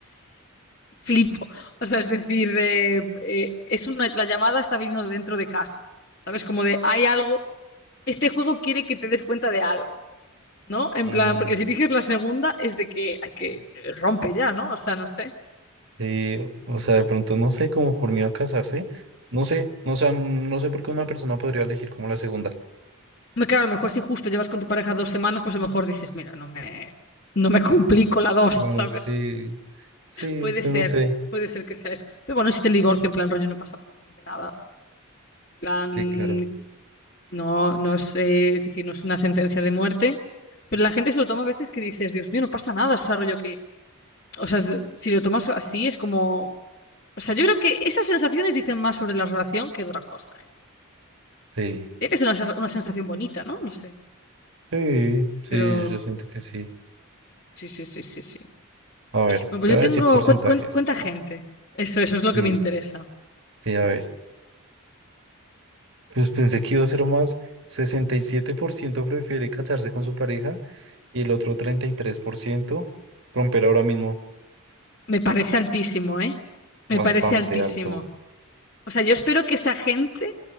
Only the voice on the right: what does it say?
Mm,
Eh, o sea, de pronto no sé, como por miedo a casarse, no sé, no, sé no sé por qué una persona podría elegir como la segunda.
Bueno,
sí, sí,
pues
no sé,
sí, claro,
sí,
sí, sí,
yo siento que sí.
A ver,
te voy
a
decir porcentajes.
Sí,
sí, a ver, pues pensé que iba a ser más, 67% prefiere casarse con su pareja y el otro 33% romper ahora mismo,
bastante
alto,